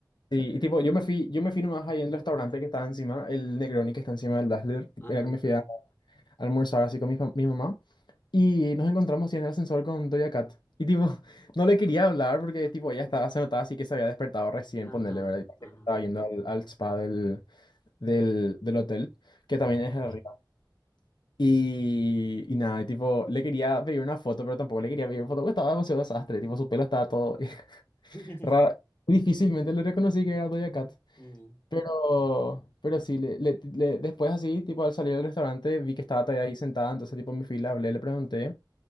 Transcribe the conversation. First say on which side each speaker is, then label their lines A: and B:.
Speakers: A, on the left; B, on the left.
A: Sí, y tipo, yo me fui, yo me fui nomás ahí en el restaurante que estaba encima, el Negroni que está encima del Dazzler,
B: Ajá,
A: era que me fui a almorzar así con mi, fam- mi mamá. Y nos encontramos así en el ascensor con Doja Cat. Y tipo, <laughs> no le quería hablar porque tipo ella estaba, se notaba así que se había despertado recién,
B: ajá,
A: ponerle, ¿verdad? Y parece
B: ajá.
A: que estaba yendo al, al spa del, del, del hotel, que
B: Sí.
A: también es arriba. Y, y nada, y tipo, le quería pedir una foto, pero tampoco le quería pedir foto porque estaba demasiado desastre. Tipo, su pelo estaba todo <laughs>
B: <laughs>
A: raro. Difícilmente le reconocí que era Doja Cat.
B: Mm,
A: Pero, pero sí, le, le- le- después así, tipo al salir del restaurante, vi que estaba todavía ahí sentada, entonces tipo en mi fila hablé, le pregunté